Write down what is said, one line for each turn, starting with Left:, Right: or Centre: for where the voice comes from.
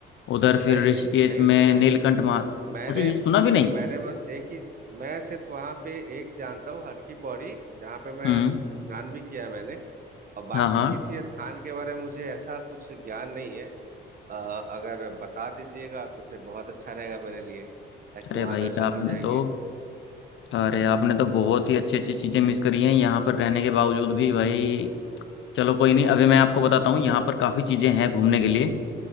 Left: उधर फिर
Right: नहीं
Left: ऋषिकेश
Right: नहीं नहीं
Left: में
Right: सुना
Left: नीलकंठ
Right: है मैंने
Left: महा
Right: मैंने
Left: अच्छा ये सुना भी नहीं
Right: मैंने बस एक ही मैं सिर्फ वहां पे एक जानता हूँ हर की पौड़ी जहाँ पे मैं
Left: हम्म
Right: स्नान भी किया है मैंने और बाकी
Left: हाँ हाँ
Right: किसी स्थान के बारे में मुझे ऐसा कुछ ज्ञान नहीं है अ, अगर बता दीजिएगा तो फिर बहुत अच्छा रहेगा मेरे लिए ताकि
Left: अरे
Right: वहां
Left: भाई
Right: दर्शन
Left: आपने
Right: हो जाएंगे
Left: तो अरे आपने तो बहुत ही अच्छी अच्छी चीज़ें मिस करी हैं यहाँ पर रहने के बावजूद भी भाई चलो कोई नहीं अभी मैं आपको बताता
Right: अच्छा।
Left: हूँ यहाँ पर काफ़ी चीज़ें हैं घूमने के लिए